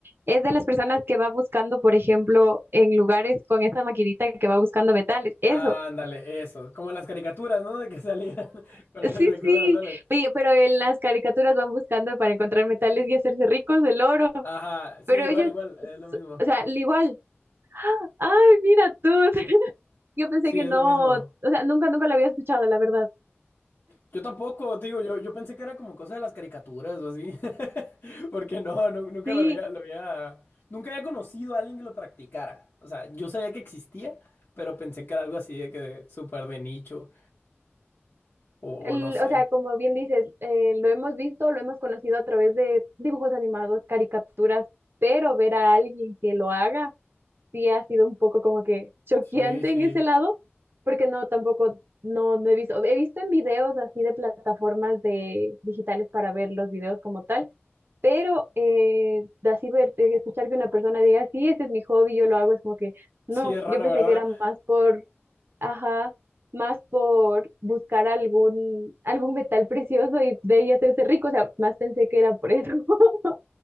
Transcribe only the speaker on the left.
Ándale, eso. Como las caricaturas, ¿no? De que salían <laughs> con el
detector
de metales.
Ajá, sí,
igual,
igual, es
lo mismo.
Sí,
es
lo mismo.
Yo tampoco, digo, yo, yo pensé que era como cosa de las caricaturas o así, <laughs> porque no, nu- nunca
lo había, lo había, nunca había conocido a alguien que lo practicara. O sea, yo sabía que existía, pero pensé que era algo así de que de- súper de nicho o,
o no sé.
Sí, sí.
Sí, es raro,
¿verdad?